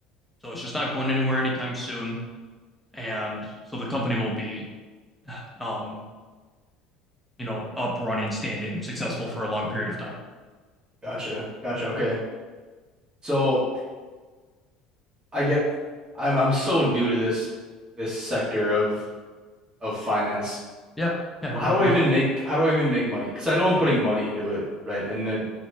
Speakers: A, in the centre; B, on the right.
A: So it's just not going anywhere anytime soon. and so the company will be um you know up running standing successful for a long period of time
B: Gotcha. Gotcha. Okay. So I get, I'm I'm so new to this this sector of of finance.
A: yeah yeah no
B: How
A: problem
B: do I even
A: at all
B: make how do I even make money? Because I know I'm putting money into it, right? And the